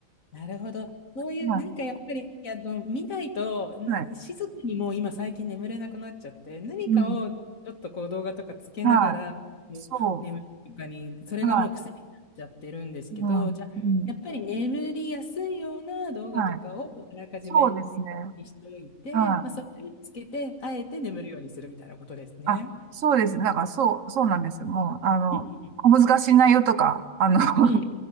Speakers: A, on the left; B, on the right.
A: なるほど。そういう、
B: <laughs> はい。
A: なんかやっぱり、あの、見ないと、な、
B: はい。
A: 静かにもう今最近眠れなくなっちゃって、何かをちょっとこう動画とかつけながら、
B: うん。はい。
A: もう眠るとかに、
B: そ
A: それがもう癖になっちゃってるんですけど、
B: う。はい。うん。
A: じゃあ、
B: うん。
A: やっぱり眠りやすいような動画とかをあらかじめ
B: はい。そうですね。
A: にしておいて、
B: はい。
A: まあ、それにつけて、あえて眠るようにするみたいなことですね。
B: あ、そうです。なんか、そう、そうなんですよ。もう、あの、
A: うん。
B: 小難しい内容とか、あの、<laughs>
A: うん。